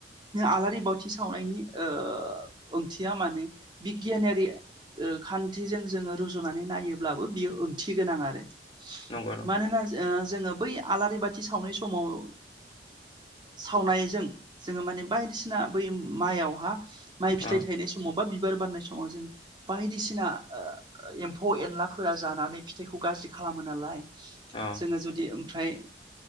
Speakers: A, on the right; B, on the left.
A: आलारि बाथि सावनायनि ओ ओंथिया माने बिगियानारि ओ खान्थिजों जोङो रुजुनानै नायोब्लाबो बियो ओंथि गोनां आरो
B: नंगौ नंगौ
A: मानोना ओ जोङो बै आलारि बाथि सावनाय समाव ओ सावनायजों जोङो माने बायदिसिना बै माइयावहा माइ फिथाइ
B: अ
A: थायनाय समावबा बार बारनाय समाव जों बायदिसिना ओ एम्फौ एनलाफोरा जानानै फिथाइखौ गाज्रि खालामो नालाय
B: अ
A: जोङो जुदि ओमफ्राय